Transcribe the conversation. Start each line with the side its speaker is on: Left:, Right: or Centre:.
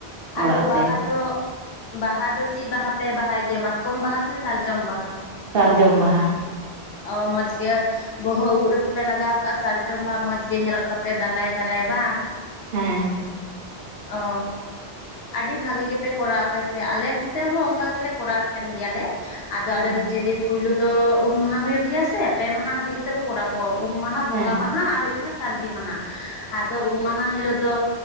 Right: ᱚᱲᱟᱜ
Left: ᱟᱫᱚ ᱵᱟᱦᱟ
Right: ᱛᱮ
Left: ᱫᱚ ᱵᱟᱦᱟ ᱫᱚ ᱪᱮᱫ ᱵᱟᱦᱟ ᱯᱮ ᱵᱟᱦᱟᱭ ᱜᱮᱭᱟ ᱢᱟᱛᱠᱚᱢ ᱵᱟᱦᱟ ᱥᱮ ᱥᱟᱨᱡᱚᱢ ᱵᱟᱦᱟ?
Right: ᱥᱟᱨᱡᱚᱢ ᱵᱟᱦᱟ᱾
Left: ᱚ ᱢᱚᱡᱽ ᱜᱮ ᱵᱚᱦᱚᱜ ᱩᱵ ᱨᱮᱯᱮᱯᱮ ᱞᱟᱜᱟᱣ ᱠᱟᱜᱼᱟ ᱥᱟᱨᱡᱚᱢ ᱵᱟᱦ ᱢᱚᱸᱡᱽ ᱜᱮ ᱧᱮᱞᱚᱜ ᱛᱟᱯᱮ ᱫᱟᱞᱟᱭ ᱫᱟᱞᱟᱭ ᱵᱟᱝ
Right: ᱦᱮᱸ
Left: ᱚ ᱟᱹᱰᱤ ᱵᱷᱟᱜᱤ ᱜᱮᱯᱮ ᱠᱚᱨᱟᱣ ᱟᱯᱮ ᱥᱮ ᱟᱞᱮ ᱥᱮᱫ ᱦᱚᱸ ᱚᱱᱠᱟ ᱜᱮᱞᱮ ᱠᱚᱨᱟᱣ ᱛᱟᱦᱮᱱ ᱜᱮᱭᱟᱞᱮ ᱟᱫᱚ
Right: ᱦᱮᱸ
Left: ᱟᱞᱮᱫᱚ ᱡᱮᱫᱤᱱ ᱯᱩᱭᱞᱩ ᱫᱚ ᱩᱢ ᱢᱟᱦᱟ ᱦᱩᱭᱩᱜ ᱜᱮᱭᱟ ᱥᱮ ᱯᱮ ᱢᱟᱦᱟ ᱦᱟᱹᱵᱤᱡ ᱠᱚᱨᱟ ᱠᱚᱣᱟ ᱩᱢ ᱢᱟᱦᱟ ᱵᱚᱸᱜᱟ
Right: ᱦᱮᱸ
Left: ᱢᱟᱦᱟ ᱟᱨ ᱦᱩᱭᱩᱜ ᱠᱟᱱᱟ ᱥᱟᱹᱨᱫᱤ ᱢᱟᱦᱟ ᱟᱫᱚ ᱩᱢ ᱢᱟᱦᱟ ᱦᱤᱞᱳᱜ ᱫᱚ